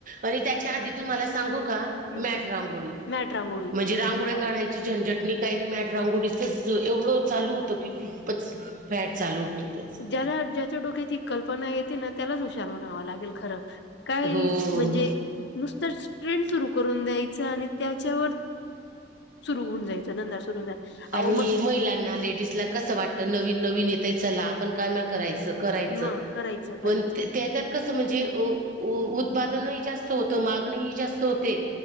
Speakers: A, on the right; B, on the left.
A: आणि त्या या आधी सांग का
B: हम्म
A: रांगोळी
B: मॅट रांगोळी किती
A: म्हणजे रांगो
B: चालली
A: काढा याची झंझटणी काही मॅट रांगोडीचच एवढं चालू होतो की खूपच फॅट चालू होतं त्याच.
B: जरा ज च्या डोक्यात ही कल्पना येते ना त्यालाच हुशार म्हणावं लागेल खरं काय
A: हो हो
B: म्हणजे नुसत ट्रेंड सुरू करून द्यायचं आणि त्याच्यावर सुरु होऊन जायचा धंदा सुरू जायचा
A: आणि
B: अहो मग
A: महिलांना लेडीजला कसं वाटत नवीन नवीन यताय चला आपण काय नाय राहायचं. करायच
B: मग करायचं
A: पण
B: करायचं
A: ते त्या त्यात कस म्हणजे उ उ उत्पादनही जास्त होतं मागणीही जास्त होते.